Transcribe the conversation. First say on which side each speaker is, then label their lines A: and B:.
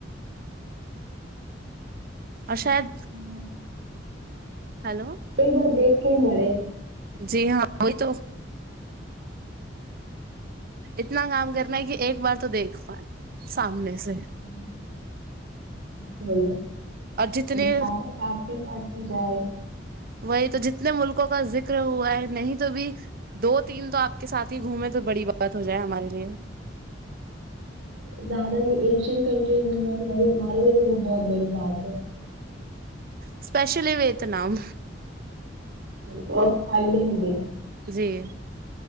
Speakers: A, on the right; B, on the right.
A: اور شاید
B: ا سمل
A: ہلو
B: ایک بار دیکھ یہ مے
A: جی ہاں وہی تو اتنا کام کرنا ہے کہ ایک بار تو دیکھ پائ سامنے سے
B: ج بولےپ
A: اور جتنے
B: آپ کے پدی جائے
A: وہی تو جتنے ملکوں کا ذکر ہوا ہے نہیں تو بھی دو تین تو آپ کے ساتھ ہی گھومے تو بڑی بات ہو جائے ہمارے لیے
B: زیادہ نہیں ایشین کنٹریز میں ہمارے لیے بھی وہ بہت بڑی بات ہے
A: اسپشلی وتناام
B: تو کوائی لے نہیں بھی
A: جی